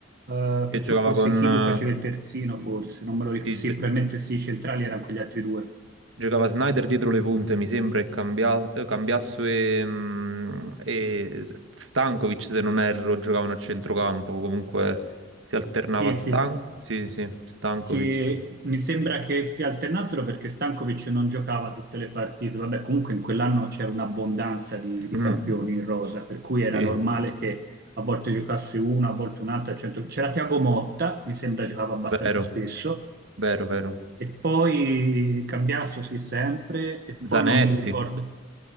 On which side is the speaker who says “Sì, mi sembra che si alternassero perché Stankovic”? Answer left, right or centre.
Right